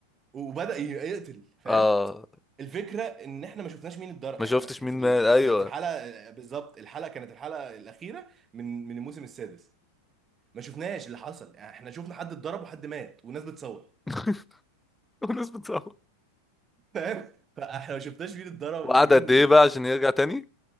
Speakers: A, on the right; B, in the centre.
A: وبدأ ي- يقتل فاهم
B: اه
A: الفكرة ان احنا ما شفناش مين اتضرب
B: ما
A: يعني
B: شفتش
A: ما-
B: مين
A: في ال-
B: مال
A: في
B: ايوه
A: في- في الحلقة آه، بالظبط الحلقة كانت الحلقة الأخيرة من من الموسم السادس ما شفناش اللي حصل يعني احنا شفنا حد اتضرب وحد مات والناس بتصور
B: <laughs> والناس بتصوت
A: فاهم فاحنا ما شفناش مين اتضرب
B: وقعد
A: ومين
B: قد ايه بقى عشان يرجع تاني